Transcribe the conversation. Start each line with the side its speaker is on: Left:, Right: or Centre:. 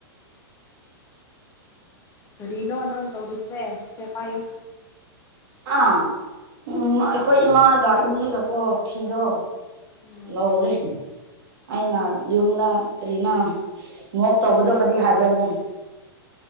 Right: <unintelligible>
Left: ꯔꯔꯤꯅꯣ ꯅꯪ ꯇꯧꯒꯤꯁꯦ ꯁꯤꯦꯄꯌꯣ
Right: ꯑꯥ ꯎꯝ ꯑꯩꯈꯣꯏ ꯏꯃꯥꯒ ꯏꯅꯦꯒꯀꯣ ꯐꯤꯗꯣ
Left: ꯎꯝ
Right: ꯂꯎꯔꯤꯦ ꯑꯩꯅ ꯌꯨꯝꯗ ꯀꯔꯤꯅ ꯃꯣꯞ ꯇꯧꯕꯗꯣ ꯀꯔꯤ ꯍꯥꯏꯕ꯭ꯔꯅꯤ <unintelligible>